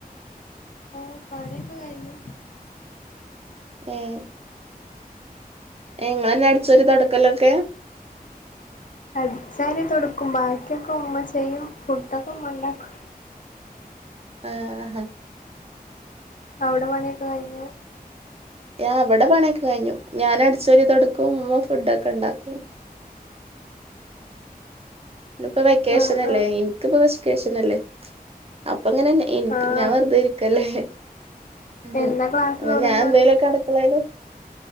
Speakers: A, on the left (about 55°); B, on the right (about 40°).
A: ഓ പണിയൊക്കെ കഴിഞ്ഞ്
B: ഏഹ് ഏ ഇങ്ങളെന്നെ അട്ച്ചോരി തൊട്ക്കലൊക്കേ
A: അട്ച്ചാരി തൊട്ക്കും ബാക്കിക്കെ ഉമ്മ ചെയ്യും ഫുഡൊക്കെ ഉമ്മ ഉണ്ടാക്കും
B: ആഹ് ആഹ്
A: അവ്ടെ പണിയൊക്കെ കഴിഞ്ഞോ
B: യാ ഇബടെ പണിക്കെ കഴിഞ്ഞു ഞാനട്ച്ചോരി തൊട്ക്കും ഉമ്മ ഫുഡൊക്കെ ണ്ടാക്കും ഇപ്പൊ വെക്കേഷനല്ലേ
A: ആഹ് ആഹ്
B: ഇൻക്പ്പോ വെഷ് വെക്കേഷനല്ലേ അപ്പ ങ്ങനെ ഇൻക്
A: ആഹ്
B: ഞാൻ വെറുതെ ഇരിക്കല്ലേ ഉം
A: എന്നാ ക്ലാസ്
B: അപ്പൊ
A: തൊടങ്ങ
B: ഞാൻ എന്തേലുക്കെ അടുക്കളേല്